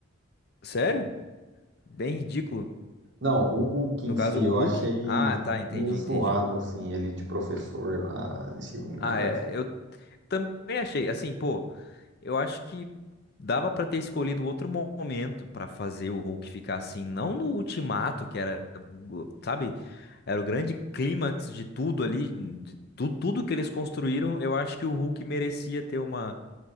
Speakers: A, on the left; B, on the right.
A: Sério? Bem ridículo.
B: Não, o Hulk
A: No
B: em
A: caso,
B: si
A: o
B: eu
A: Hulk?
B: achei
A: Ah, tá, entendi,
B: meio zoado,
A: entendi.
B: assim, ele de professor lá, achei meio
A: Ah,
B: nada.
A: é,
B: a ver.
A: eu também achei, assim, pô, eu acho que dava pra ter escolhido outro momento pra fazer o Hulk ficar assim, não no ultimato, que era, sabe, era o grande clímax de tudo ali, de tu- tudo que eles construíram, eu acho que o Hulk merecia ter uma